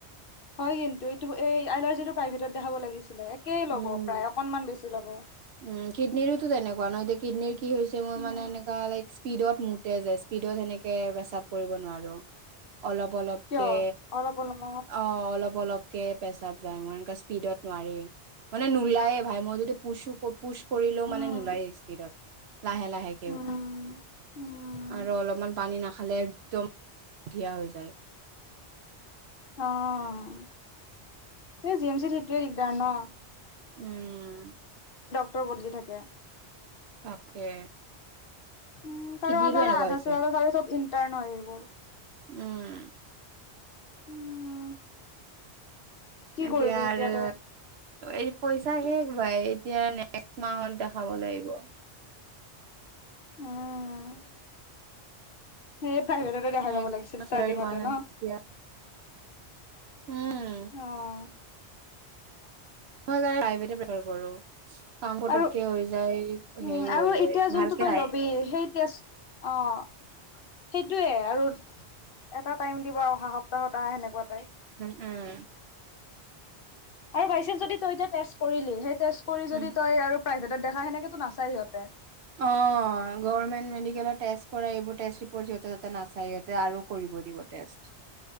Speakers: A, on the left; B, on the right.
A: হয়, কিন্তু এইটো এই এলাৰ্জিটো প্ৰাইভেটত দেখাব লাগিছিল। সেই ল'ব
B: উম,
A: প্ৰায় অকণমান বেছি। ল'ব
B: উম, কিডনীৰোতো তেনেকুৱা নহ, এতিয়া কিডনীৰ কি হৈছে মোৰ
A: উম,
B: মানে এনেকুৱা লাইক স্পীডত মুতে যে স্পীডত সেনেকে প্ৰেস্ৰাৱ কৰিব নোৱাৰো। অলপ, অলপকে
A: কিয় অলপ অলপ
B: অ' অলপ- অলপ। পেচাব যায় মোৰ, এনেকা স্পীডত নোৱাৰি, মানে নোলায়ে ভাই, মই যদি পুছো কৰো পুচ কৰিলেও
A: উম,
B: মানে নোলায়, স্পীডত লাহে লাহেকে
A: উম, উম,
B: আৰু অলপমান পানী নাখালে, একদম ধিয়া হৈ যায়।
A: অ' এই জি এম চিত সেটোৱে দিগদাৰ ন'।
B: উম'।
A: ডক্টৰ বদলি থাকে।
B: তাকে
A: উম তাৰ
B: কিডনীৰো
A: আধা,
B: এনেকুৱা
A: আধা
B: হৈছে
A: যে জিদা চব ইণ্টাৰ্ন হয় এইবোৰ।
B: উম'।
A: <unintelligible> কি
B: এতিয়া
A: কৰিবি
B: আৰু
A: তই
B: এই পইচা শেষ ভাই, এতিয়া নেক্সট মাহত দেখাব লাগিব।
A: উম'। সেই প্ৰাইভেটতে দেখাই
B: নেক্সট
A: ল'ব লাগিছিল,
B: মাহ চেলাৰী
A: ষ্টাৰ্টিঙতে
B: মানত
A: ন '।
B: তেতিয়া উম
A: অহ।
B: মই জানা প্ৰাইভেটে প্ৰীফাৰ কৰো। কাম পটককে
A: আৰু
B: হৈ যায়,
A: উম,
B: হেৰিও
A: আৰু
B: হৈ যায়,
A: এতিয়া যোনটো
B: ভালকে
A: তই
B: চায়।
A: ল'বি সেই টেষ্ট অ' সেইটোৱে আৰু এটা টাইম দিব অহ সপ্তাহত আহ সেনেকুৱা
B: উম-উম,
A: সেই জাইছা যদি তই টেষ্ট কৰিলি সেই টেষ্ট কৰি যদি
B: উম
A: আৰু প্ৰাইভেটত দেখা সেনেকে তো নাচাই সিহঁতে।
B: অহ, গৰমেন্ত মেডিকেলত টেষ্ট এইবোৰ টেষ্ট ৰিপৰ্ট এইবোৰ নাচাই এ সিহঁতে আৰু কৰিব। কৰিব টেষ্ট।